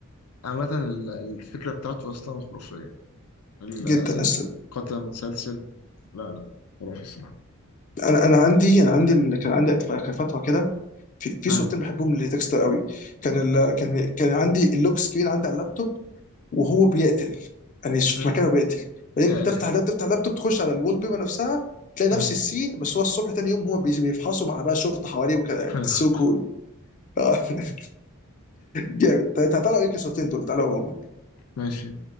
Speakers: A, on the left (about 80°); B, on the left (about 35°).
A: عامة ال- الفكرة بتاعته أصلا خرافية القتل
B: جدا لسه
A: المتسلسل لا لا خرافي الصراحة
B: انا انا عندي انا عندي ال- كان عندي أتف- كان فتره كده في في
A: ها
B: صورتين بحبهم لديكستر قوي كان
A: أوكي
B: ال... كان كان عندي اللوك سكرين عندي على اللابتوب وهو بيقتل يعني في
A: م.
B: مكانه بيقتل بعدين
A: يا
B: بتفتح
A: إلهي
B: اللاب تفتح اللابتوب تخش على الوول بيبر نفسها تلاقي
A: ها
B: نفس السين بس هو الصبح تاني يوم هو بي- بيفحصوا مع بقى الشرطه حواليه وكده يعني
A: <clears throat>
B: سو كول
A: <laughs>
B: <laughs> جامد طيب تعالوا ايه الصورتين دول تعالوا
A: ماشي